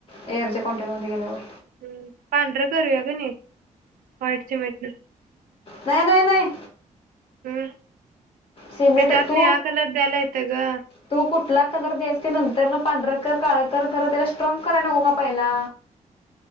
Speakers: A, on the left; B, on the right.
A: एअरच्या कॉनटेट मध्ये गेल्यावर.
B: हम्म पांढरं करूया ग नाही व्हाईट सिमेंटन
A: नाही नाही नाही
B: हम्म
A: सिमेंट
B: त्याच्यात
A: तू
B: निळा कलर द्यायला येतय ग
A: तू कुठला कलर द्यायच ते नंतर पांढरकर काळ खर त्याला स्ट्रॉग कराय नको पहिला